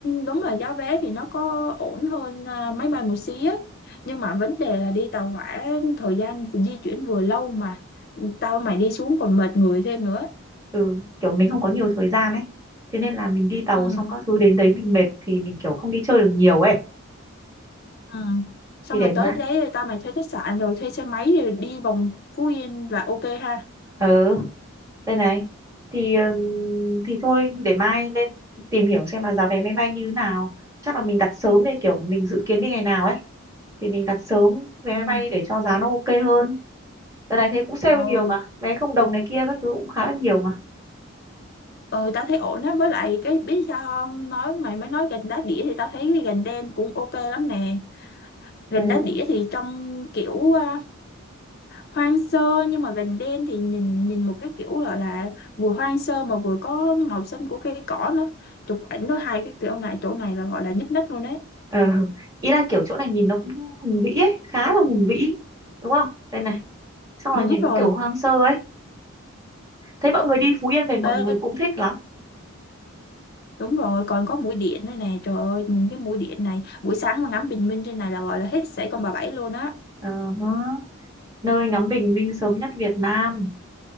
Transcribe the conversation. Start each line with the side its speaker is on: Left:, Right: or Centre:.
Left: đúng là giá vé thì nó có ổn hơn à, máy bay một xí ấy nhưng mà vấn đề là đi tàu hỏa thời gian di chuyển vừa lâu mà tao mày đi xuống còn mệt người thêm nữa
Right: ừ, kiểu mình không có nhiều thời gian ấy thế nên là mình đi tàu
Left: ừ.
Right: xong các thứ đến đấy mình mệt thì mình kiểu không đi chơi được nhiều ấy
Left: Ừ. xong
Right: thì để
Left: rồi tới
Right: mai
Left: đấy tao mày thuê khách sạn rồi thuê xe máy rồi đi vòng Phú Yên là ok ha
Right: ờ đây này thì ừm, thì thôi để mai lên tìm hiểu xem là giá vé máy bay như thế nào chắc là mình đặt sớm đây kiểu mình dự kiến đi ngày nào ấy thì mình đặt sớm
Left: Ừ,
Right: vé máy bay để cho giá nó ok hơn Đợt này thấy cũng sale
Left: ừ,
Right: nhiều mà, vé không đồng này kia các thứ cũng khá là nhiều mà.
Left: ừ, tao thấy ổn á với lại cái biết sao không nói mày mới nói gành đá đĩa thì tao thấy cái gành đen cũng ok lắm nè gành
Right: Ừ.
Left: đá đĩa thì trông kiểu à, hoang sơ nhưng mà gành đen thì nhìn nhìn một cái kiểu gọi là vừa hoang sơ mà vừa có màu xanh của cây cỏ nữa chụp ảnh nó hai cái kiểu này chỗ này là gọi là nhức nách luôn đấy
Right: Ừ. Ý là kiểu chỗ này nhìn nó cũng hùng vĩ ấy, khá là hùng vĩ. Đúng không? Đây này, xong
Left: đúng
Right: là nhìn
Left: rồi
Right: kiểu hoang sơ ấy. Thấy mọi người đi Phú Yên về mọi người
Left: Ê,
Right: cũng thích lắm.
Left: đúng rồi còn có mũi điện nữa nè trời ơi nhìn cái mũi điện này buổi sáng mà ngắm bình minh trên này là gọi là hết sảy con bà bảy luôn á
Right: Ờ hớ. Nơi ngắm bình minh sớm nhất Việt Nam.